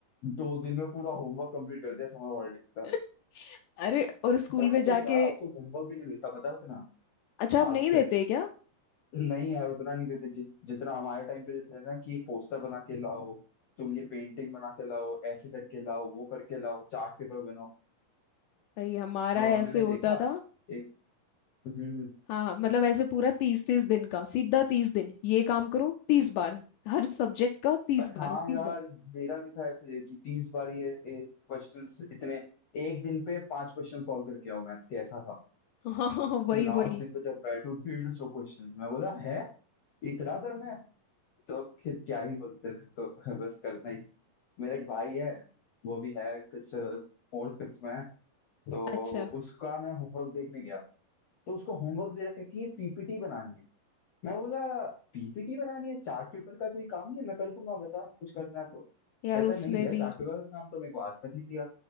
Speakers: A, on the left; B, on the left.
A: दो दिन में पूरा होमवर्क कंप्लीट कर दिया समर हॉलीडेज का
B: <laughs> अरे और स्कूल
A: अब
B: में
A: तो
B: जाके
A: क्या अब तो होमवर्क भी नहीं मिलता पता है उतना
B: अच्छा आप
A: आजकल
B: नहीं देते क्या
A: नहीं यार उतना नहीं देते जिस जितना हमारे टाइम पे देते थे ना कि पोस्टर बना के लाओ तुम ये पेंटिंग बना के लाओ ऐसे करके लाओ वो करके लाओ चार्ट पेपर बनाओ
B: भाई हमारा
A: अ,
B: ऐसे
A: मैंने
B: होता
A: देखा
B: था
A: एक हम्म
B: हाँ मतलब ऐसे पूरा तीस तीस दिन का सीधा तीस दिन ये काम करो तीस बार हर सब्जेक्ट का तीस
A: बस हाँ
B: बार सीधा
A: यार
B: <laughs>
A: मेरा भी था ऐसे कि तीस बार ये क्वेश्चंस इतने एक दिन पे पांच क्वेश्चन सॉल्व करके आओ मैथ्स के ऐसा था
B: हाँ हाँ हाँ, वही
A: तो लास्ट
B: वही
A: दिन पे जब बैठो तो डेढ़ सौ क्वेश्चन मैं बोला है इतना करना है तो अब फिर क्या ही बोलते हैं तो <laughs> बस करना ही मेरा एक भाई है वो भी है कुछ फोर्थ फिफ्थ में है तो
B: अच्छा
A: उसका मैं होमवर्क देखने गया तो उसको होमवर्क दे रखा है कि ये पीपीटी बनानी है मैं बोला पीपीटी बनानी है चार्ट पेपर का कोई काम नहीं है मैं कर दूंगा बता कुछ करना है तो
B: यार
A: कहता
B: उसमें
A: है नहीं भैया
B: भी
A: चार्ट पेपर का काम तो मेरे को आज तक नहीं दिया